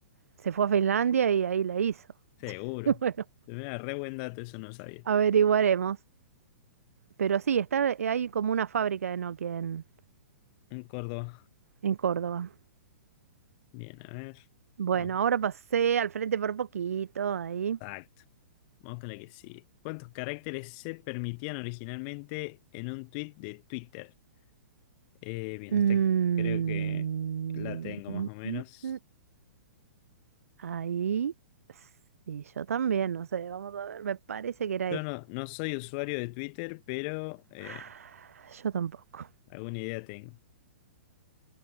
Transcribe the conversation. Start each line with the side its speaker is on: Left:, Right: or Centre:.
Right: se fue a Finlandia y ahí la hizo.
Left: Seguro.
Right: <laughs> Bueno,
Left: Mirá, re buen dato, eso no sabía.
Right: averiguaremos. Pero sí, está, eh, hay como una fábrica de Nokia en,
Left: En Córdoba.
Right: en Córdoba.
Left: Bien, a ver.
Right: Bueno,
Left: Vamos.
Right: ahora pasé al frente por poquito, ahí.
Left: Exacto. Vamos con la que sigue. ¿Cuántos caracteres se permitían originalmente en un tweet de Twitter? Eh, bien,
Right: Mm,
Left: esta creo que la tengo
Right: mm,
Left: más o menos.
Right: mm, mm. ahí. Sí, yo también, no sé, vamos a ver, me parece que era
Left: Yo
Right: esto.
Left: no, no soy usuario de Twitter, pero eh,
Right: <sighs> Yo tampoco.
Left: alguna idea tengo.